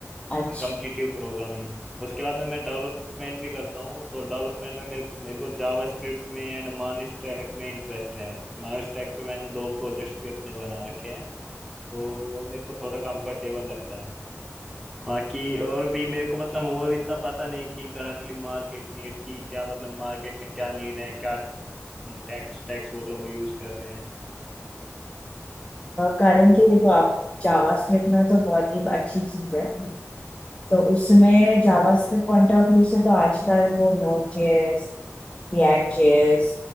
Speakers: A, on the left; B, in the centre.
A: अच्छा
B: Competitive programming उसके बाद में मैं डेवलपमेंट भी करता हूँ तो डेवलपमेंट में मेरे मेरे को जावा स्क्रिप्ट में एंड मान स्टैक में इंटरेस्ट है मान स्टैक पे मैंने दो प्रोजेक्ट्स भी अपने बना रखे हैं तो वो मेरे को थोड़ा कंफर्टेबल लगता है बाकी और भी मेरे को मतलब और इतना पता नहीं कि करंटली मार्केट नीड की क्या मतलब मार्केट में क्या नीड है क्या टैक्स टैक्स वो लोग यूज कर रहे हैं
A: करेंटली देखो आप जावा स्क्रिप्ट में तो बहुत ही अच्छी चीज है तो उसमें JavaScript point of view से तो आजकल वो नोड जेएस रिएक्ट जेएस